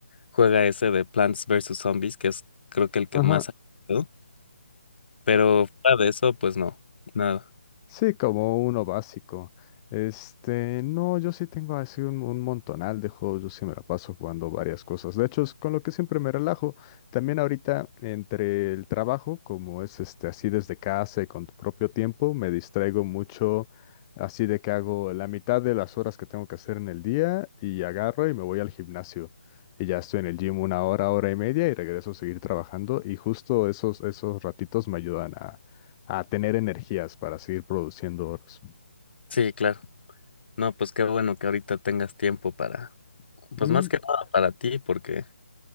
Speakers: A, on the left; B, on the left.
A: juega ese de Plants vs Zombies, que es creo que el que
B: Ajá.
A: más ha jugado, Pero fuera de eso, pues no, nada.
B: Sí, como uno básico. Este, no, yo sí tengo así un, un montonal de juegos, yo sí me la paso jugando varias cosas. De hecho, es con lo que siempre me relajo. También ahorita entre el trabajo, como es este así desde casa y con tu propio tiempo, me distraigo mucho, así de que hago la mitad de las horas que tengo que hacer en el día y agarro y me voy al gimnasio. Y ya estoy en el gym una hora, hora y media y regreso a seguir trabajando y justo esos, esos ratitos me ayudan a tener energías para seguir produciendo oros.
A: Sí, claro. No, pues qué bueno que ahorita tengas tiempo para, pues
B: Mm,
A: más que nada para ti, porque